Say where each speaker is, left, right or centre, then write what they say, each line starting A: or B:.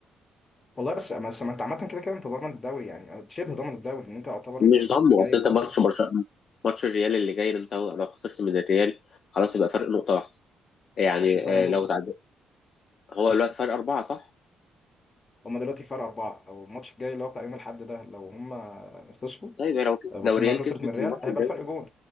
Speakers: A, on the left (about 30°); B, on the left (about 55°).
A: والله بس بس ما انت عامه كده كده انت ضامن الدوري يعني شبه ضامن الدوري ان انت يعتبر
B: مش
A: انت اللي
B: ضامنه
A: جاي
B: أصل
A: خلاص
B: أنت ماتش
A: انت
B: برشلونة ماتش الريال اللي جاي ده، أنت لو خسرت من الريال خلاص يبقى فرق نقطة واحدة يعني
A: ماشي فرق نقطه
B: آه، لو تعدي هو دلوقتي فرق أربعة صح؟
A: هما دلوقتي فرق اربعه لو الماتش الجاي اللي هو بتاع يوم الاحد ده لو هما خسروا
B: طيب لو كس-
A: برشلونه
B: لو الريال
A: خسرت
B: كسبت
A: من الريال
B: الماتش
A: هيبقى
B: الجاي
A: الفرق جون